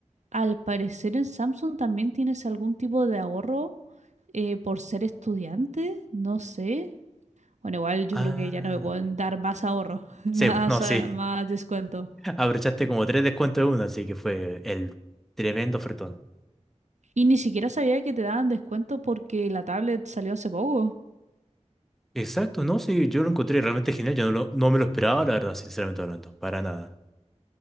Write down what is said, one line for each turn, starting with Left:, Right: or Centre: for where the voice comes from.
Right: al parecer en Samsung también tienes algún tipo de ahorro eh, por ser estudiante, no sé. Bueno, igual yo
Centre: Ah,
Right: creo que ya no me pueden dar más ahorro, <laughs> más,
Centre: sí, no, sí,
Right: ah, más descuento.
Centre: <laughs> abrochaste como tres descuentos de uno, así que fue el tremendo ofertón.
Right: Y ni siquiera sabía que te daban descuento porque la tablet salió hace poco.
Centre: Exacto, no, sí, yo lo encontré realmente genial, yo no, lo- no me lo esperaba, la verdad, sinceramente hablando, para nada.